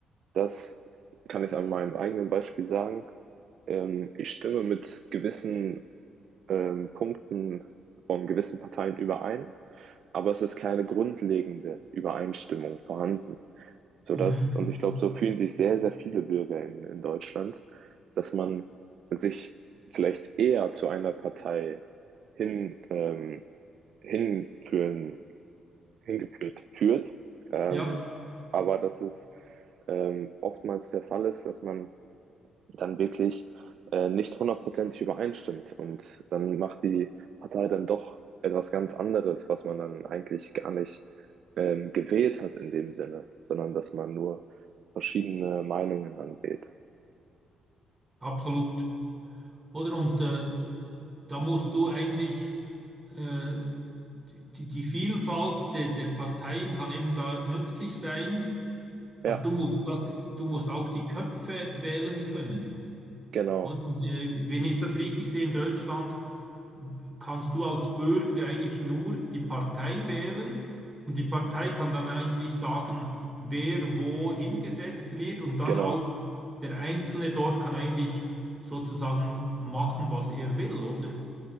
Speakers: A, on the right (about 65°); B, on the right (about 25°).
A: das kann ich an meinem eigenen Beispiel sagen, ähm, ich stimme mit gewissen ähm, Punkten von gewissen Parteien überein, aber es ist keine grundlegende Übereinstimmung vorhanden. Sodass,
B: mhm.
A: und ich glaube, so fühlen sich sehr, sehr viele Bürger in, in Deutschland, dass man sich vielleicht eher zu einer Partei hin, ähm, hinführen, hingeführt führt, ähm,
B: Ja,
A: aber dass es ähm, oftmals der Fall ist, dass man dann wirklich äh, nicht hundertprozentig übereinstimmt. Und dann macht die Partei dann doch etwas ganz anderes, was man dann eigentlich gar nicht ähm, gewählt hat in dem Sinne, sondern dass man nur verschiedene Meinungen dann wählt.
B: absolut. Oder und äh, da musst du eigentlich äh, die, die Vielfalt der, der Parteien kann eben da nützlich sein, aber
A: Ja,
B: du musst das, du musst auch die Köpfe wählen können.
A: genau,
B: Oder? Und, äh, wenn ich das richtig sehe, in Deutschland kannst du als Bürger eigentlich nur die Partei wählen und die Partei kann dann eigentlich sagen, wer wo hingesetzt wird und dann
A: genau.
B: auch der Einzelne dort kann eigentlich sozusagen machen, was er will, oder?